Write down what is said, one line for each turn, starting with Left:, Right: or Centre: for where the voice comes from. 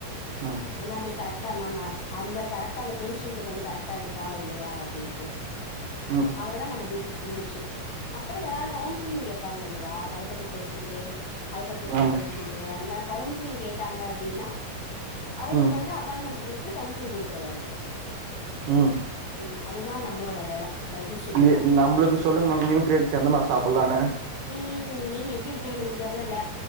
Right: ம்
Left: எல்லாமே கரெக்டா நம்ம அந்த கரெக்டா அந்த பேஷண்டுக்கு வந்து கரெக்ட்டா இருக்கா இல்லையா அப்டின்ட்டு
Right: ம்
Left: அவ்வளதா நம்ம டியூட்டி முடிஞ்சிர்ச்சு அப்பறோ யாராது கவுன்சிலிங் கேட்பாங்க இல்லையா டயபெட்டிக் பேஷன்டு ஹப்பர் ப்ரஷ்ஷர்
Right: ஆமா
Left: பேஷன்டுஅந்த மாரி கவுன்சிலிங் கேட்டாங்க அப்டின்னா அவுங்களுக்கு
Right: ம்
Left: வந்து அப்பாயின்மெண்ட் குடுத்து கவுன்ஸ்லிங் குடுக்குற வேல
Right: ம்
Left: ம் அதுதா நம்மளோட வேல டைடிஷன் வேல
Right: எ நம்பளுக்கு சொல்லுங்க மேம் நியூட்ரியன்ஸ் என்னென்ன சாப்லானு
Left: ம் நீங்க எப்டி இருப்பிங்கன்னு எனக்கு தெரிலல